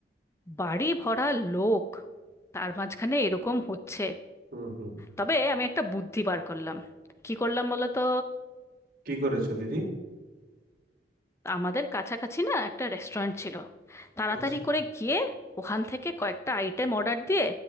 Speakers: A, on the left; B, on the right.
A: বাড়ি ভরা লোক তার মাঝখানে এরকম হচ্ছে
B: হুম হুম
A: তবে আমি একটা বুদ্ধি বার করলাম কি করলাম বলো তো
B: কি করেছো দিদি
A: আমাদের কাছাকাছি না একটা রেস্টুরেন্ট ছিল তাড়াতাড়ি
B: আচ্ছা
A: করে গিয়ে ওখান থেকে কয়েকটা আইটেম অর্ডার দিয়ে